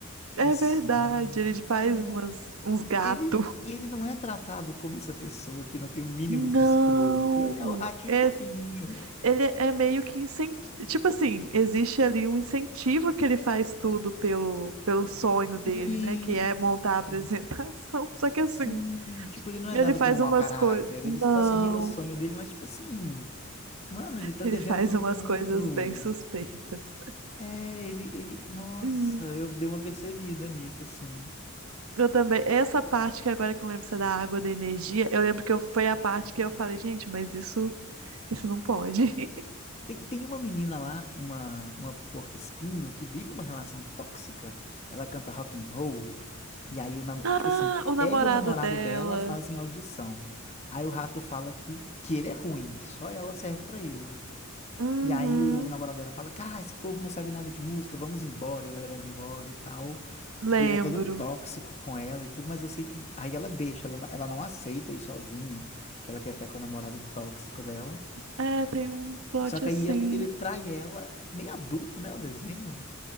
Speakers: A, on the right; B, on the left.
A: É
B: Assim.
A: verdade, ele faz
B: é.
A: umas,
B: E
A: uns gatos.
B: ele, e ele não é tratado como essa pessoa que não tem o mínimo
A: Não,
B: de escrúpulo. Ele é o ratinho
A: é
B: fofinho.
A: ele é meio que incentivo. Tipo assim, existe ali um incentivo que ele faz tudo pelo, pelo sonho dele,
B: Isso.
A: né? Que é montar a apresentação. <laughs> Só que
B: Sim.
A: assim,
B: Tipo, ele não é
A: ele
B: dado
A: faz
B: como mau
A: umas
B: caráter.
A: coisas. Não,
B: Ele está seguindo o sonho dele, mas, tipo assim, mano, ele tá
A: ele
B: devendo
A: faz
B: todo
A: umas
B: mundo.
A: coisas bem suspeitas.
B: É, ele, ele. Nossa,
A: Hum.
B: eu dei uma percebida nisso, assim.
A: Eu também. Essa parte que agora que eu lembro se é da água, da energia, eu lembro que eu, foi a parte que eu falei, gente, mas isso, isso não pode. <laughs>
B: Tem, tem uma menina lá, uma, uma porco-espinho, que vive uma relação tóxica. Ela canta rock and roll. E aí, o namo-
A: Ah,
B: tipo assim,
A: o namorado
B: ela e o namorado
A: dela.
B: dela fazem audição. Aí o rato fala que, que ele é ruim, que só ela serve pra ele.
A: Uhum,
B: E aí o namorado dela fala, cara, esse povo não sabe nada de música, vamos embora, e leva ela embora e tal.
A: lembro.
B: E ele é todo tóxico com ela e tudo, mas eu sei que... Aí ela deixa, ela não, ela não aceita ir sozinha, que ela quer ficar com o namorado tóxico dela.
A: É, tem um plot
B: Só que
A: assim.
B: aí ele, ele trai ela, meio adulto, né, o desenho?